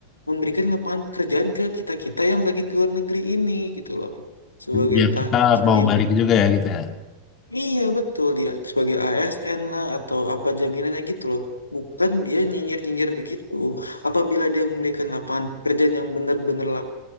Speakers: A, on the left (about 80°); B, on the left (about 30°).
A: memberikan lapangan pekerjaan ke kita-kita yang lagi di luar negeri ini gitu loh. Sebagai
B: Biar
A: entah
B: kita mau
A: di
B: balik juga ya gitu ya. <clears throat>
A: Iya betul dia sebagai ASN lah atau apa jaminannya gitu loh. Bukan dia nyinyir-nyinyir begitu. Apabila dia memberikan lapangan pekerjaan yang benar-benar lap-